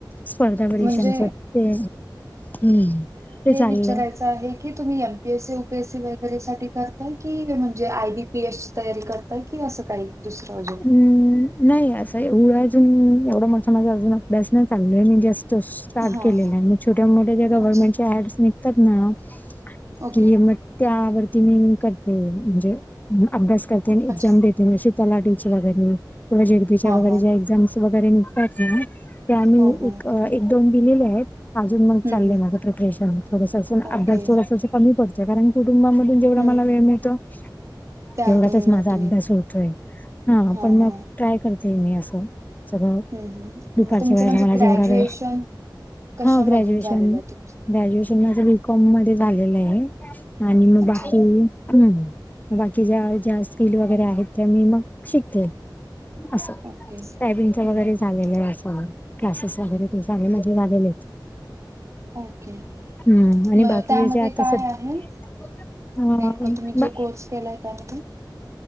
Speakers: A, on the left; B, on the right.
A: स्पर्धा परीक्षां
B: म्हणजे
A: करते हम्म ते चाललंय
B: विचाराय आहे. की तुम्ही M P AC, U P S C वैगरे करताय की जे आय बी पी एस ची तयारी करत की असं काही, दुसरं काही अजून
A: हम् नाही असंव. अजून एवढा मोठ माझा, अजून अभ्यास नाही चांगला आहे मी जास्त स्टार्ट
B: हां
A: केलेलं आहे. मग छोट्या मोठ्या त्या गव्हर्नमेंटचे
B: अच्छा
A: ऍड्स निघतात ना
B: ओके
A: की मग त्यावरती मी करते म्हणजे अभ्यास करते,
B: अच्छा
A: एक्झाम देतेशी त्याला झेड पी च्या
B: हां
A: वैगरे
B: हां
A: एक्झाम निघतात ना
B: हो हो.
A: एक दोन दिलेले आहेत, अजून मग
B: हं
A: चालय
B: हं
A: माझ प्रिपरेशन थोडसं असं
B: ओके
A: अभ्यास थोडस कमी पडत. कारण कुटुंबामधून जेवढा
B: हं
A: मला वेळ मिळतो,
B: त्यातून
A: तेवढाचच माझा
B: मग तुम्ही
A: अभ्यास होतोय. ह
B: हां
A: पण
B: हां
A: मग ट्राय करते मी असं. चग
B: हं हं
A: दुपारच्या
B: तुमचं
A: वेळेला
B: म्हणजे
A: मला
B: ग्रॅज्युएशन
A: जेवढा वेळ
B: कशामधून
A: हा ग्रॅज्युएशन
B: झालेलं
A: ग्रॅज्युएशन
B: आहे तुमचं?
A: ग्रॅज्युएशन माझं बी कॉम मध्ये झालेलं आहे, आणि मग
B: अच्छा
A: बाकी हम् बाकी ज्या ज्या स्किल वगैरे आहेत, त्या मी मग शिकते. असं
B: ओके
A: त्याॅबिनच वगैरे
B: हं हं
A: झाले म असं क्लासेस वगैरे ते झाले, म्हजे झालेले होत.
B: ओके
A: हम्म आणि
B: म
A: बाकी
B: त्यामध्ये
A: जे आता
B: काय
A: सध्या
B: आहे.
A: अ
B: नेमका तुम्ही
A: बा-
B: जो कोर्स केलाय त्यामध्ये.